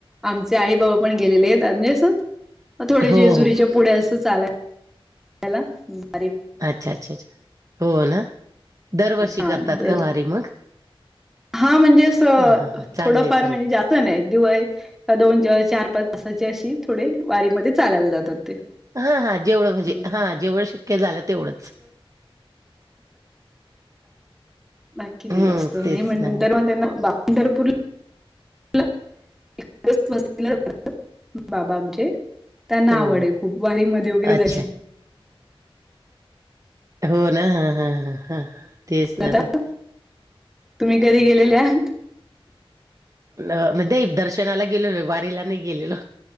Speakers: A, in the centre; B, on the right (about 35°).
A: आमचे आई बाबा पण गेलेले आहेत <unintelligible> अस थोडे
B: हो
A: जेजुरीच्या
B: हो
A: पुढ्या असं चालाय लायला
B: अच्छा अच्छा अच्छा हो ना दरवर्षी
A: हा
B: करतात
A: तर
B: का वारी मग?
A: हा म्हणजे अस अ
B: हा हा हां चांगलं
A: थोडंफार
B: आहे चांगलं
A: म्हणजे जा स्त नाही दिवा य दोन चार पाच तासाचे अशी थोडे वारीमध्ये चालायला जातात ते.
B: हा हा जेवढं म्हणजे
A: हम्म.
B: हा जेवढं शक्य झालं तेवढंच.
A: बाकी नाही
B: हम्म
A: जास्त नाही
B: तेच
A: मग
B: ना
A: नंतर मग त्यांना पंढरपूर <unintelligible> ला बाबा आमचे. त्यांना
B: हो
A: आवड खूप वारीमध्ये वगैरे
B: अच्छा
A: त्याची
B: हो ना ह ह हा तेच
A: आता
B: ना ते
A: तुम्ही कधी गेलेले आह
B: अ म्हणजे दर्शनाला गेलो र वारीला नाही गेलेलो